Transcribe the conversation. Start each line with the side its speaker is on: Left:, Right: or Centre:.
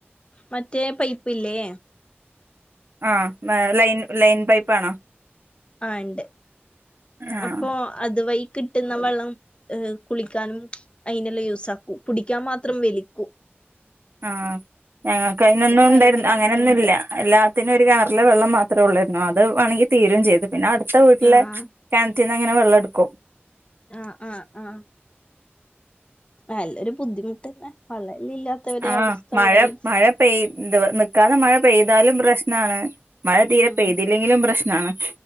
Left: മറ്റേ പൈപ്പ് ഇല്ലേ
Right: ആ ലൈൻ ലൈൻ പൈപ്പാണോ
Left: ആ ഇണ്ട്
Right: ആഹ
Left: അപ്പൊ അതുവഴി കിട്ടുന്ന വെള്ളം ഏ കുളിക്കാനും അതിനെല്ലാം യൂസ ആാക്കും കുടിക്കാൻ മാത്രം വലിക്കൂ
Right: ആ ഞങ്ങൾക്ക് അതിനൊന്നും ഉണ്ടായിരുന്നു
Left: ഭയങ്കര
Right: അങ്ങനെൊന്നും
Left: ബുദ്ധിമുട്ട്
Right: ഇല്ല എല്ലാത്തിനും ഒരു കിറിലെ വെള്ളം മാത്രമേ ഉള്ളായിരുന്നു അത് വേണമെങ്കി തീരയും ചെയ്തു പിന്നെ അടുത്ത വീട്ടിലെ
Left: ആഹ്
Right: പറ്റന്ന് അങ്ങനെ വെള്ളം എടുക്കും
Left: ആഹ ആഹ് ആഹ നല്ലരു ബുദ്ധിമുട്ട്ന്നെ വള്ളല്ല ഇല്ലാത്തവരെ
Right: ആഹ
Left: അവസ്ഥ
Right: മഴ
Left: ആലോചിച്ച്
Right: മഴ പെയ്തു കാരണം മഴ പെയ്താലും പ്രശ്നമാണ് മഴ തീരെ
Left: ഉം
Right: പെയ്തില്ലെില പ്രശ്നം നാണച്ച